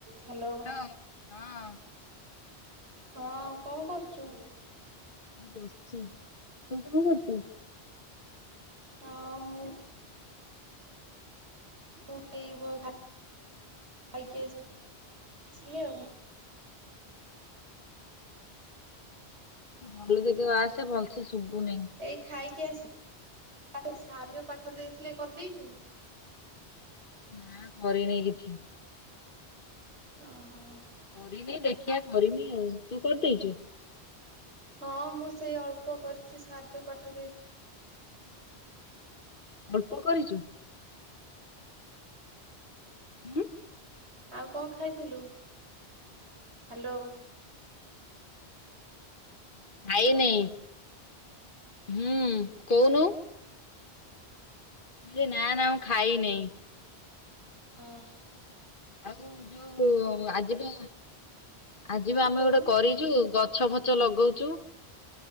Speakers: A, on the right; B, on the left.
A: ହାଲୋ।
B: ହଁ।
A: ହଁ କଣ୍ କରୁଚୁ?
B: ବସଚି ତୁ କଣ କରଚୁ?
A: ହଁ ମୁଁ <inaudible>
B: ଭଲ ଜାଗା କୁ ଆସେ ଭଲସେ ଶୁବୁନି।
A: ଏ ଖାଇକି ଆସି ସାର୍ ଯଉ ପାଠ ଦେଇଥିଲେ କରଦେଇଚୁ?
B: ନା କରିନେଇଁ କିଛି।
A: ଓହୋ।
B: କରିନି ଦେଖିଆ କରିମି ଆଉ ତୁ କରିଦେଇଚୁ?
A: ହଁ ମୁଁ ସେଇ ଅଳ୍ପ କରିଚି ସାର୍ ଯଉ ପାଠ ଦେଇ
B: ଅଳ୍ପ କରିଚୁ? ଉଁ।
A: ଆଉ କଣ୍ ଖାଇଥିଲୁ ହାଲୋ।
B: ଖାଇନି ହୁଁ କହୁନୁ। କହିଲି ନା- ନା ମୁଁ ଖାଇନେଇଁ।
A: ଅ ହ।
B: ଆଉ ଯଉ ଆଜିି ବା ଆଜି
A: କଣ
B: ବା ଆମେ
A: କହୁନୁ?
B: ଗୋଟେ କରିଚୁ ଗଛ ଫଛ ଲଗଉଚୁ।